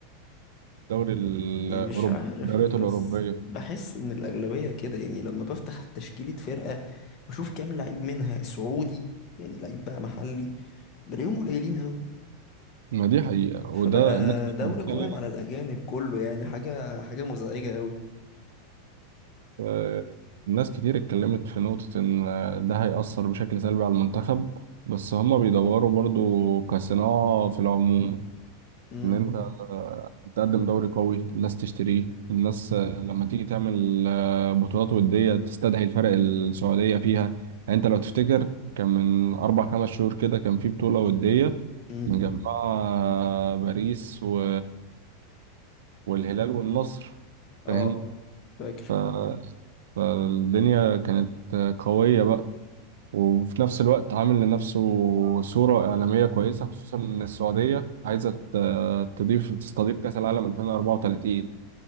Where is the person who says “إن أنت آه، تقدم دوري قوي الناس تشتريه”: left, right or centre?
Right